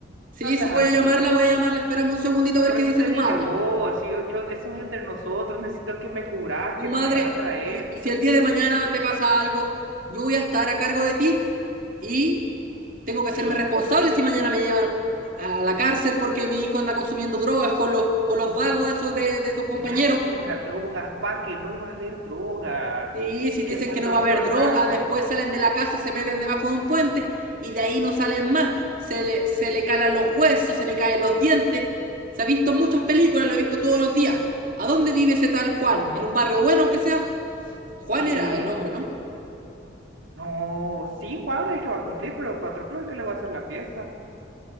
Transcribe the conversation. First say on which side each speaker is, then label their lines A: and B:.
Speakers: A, on the right; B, on the right.
A: Sí,
B: no seas
A: sí, voy
B: así.
A: a llamarla, voy a llamarla. Espérame un segundito a ver
B: Por
A: qué
B: eso
A: dice
B: te
A: tu
B: dije
A: madre.
B: a vos, yo, yo, eso es entre nosotros, necesito que me cubras,
A: Tu
B: que me
A: madre,
B: vayas a traer.
A: y, y si el día de mañana te pasa algo, yo voy a estar a cargo de ti y tengo que hacerme
B: Sí,
A: responsable
B: pero,
A: si mañana me llevan a la cárcel porque mi hijo anda consumiendo drogas con los, con los vagos esos de, de tus compañeros.
B: y dale con las drogas, pa, que no va a haber drogas.
A: Sí, si dicen
B: Que Patroclo
A: que no va a haber
B: es
A: droga,
B: sano.
A: después salen de la casa, se meten debajo de un puente y de ahí no salen más. Se le, se le calan los huesos, se le caen los dientes. Se ha visto en muchas películas, lo he visto todos los días. ¿A dónde vive ese tal Juan? ¿En un barrio bueno, aunque sea? Juan
B: Sí,
A: era el nombre, ¿no?
B: No, sí, Pablo es el que va a cumplir, pero Patroclo es el que le va a hacer la fiesta.